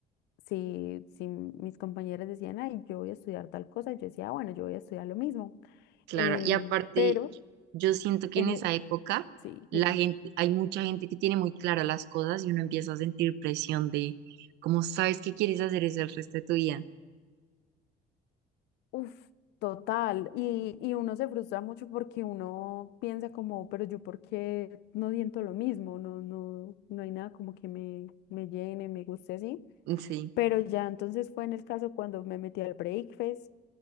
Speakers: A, on the left (about 85°); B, on the right (about 90°).
A: si, si mis compañeras decían, ay, yo voy a estudiar tal cosa, yo decía, "Ah, bueno, yo voy a estudiar lo mismo.
B: Claro,
A: Em,
B: y aparte,
A: pero,
B: yo siento que
A: en
B: en esa
A: e-
B: época
A: sí.
B: la gente, hay mucha gente que tiene muy claras las cosas y uno empieza a sentir presión de cómo sabes que quieres hacer eso el resto de tu vida.
A: Uf, total. Y, y uno se frustra mucho porque uno piensa como, pero yo por qué no siento lo mismo, no, no, no hay nada como que me, me llene, me guste así.
B: Sí,
A: Pero ya entonces fue en el caso cuando me metí al Breakfast,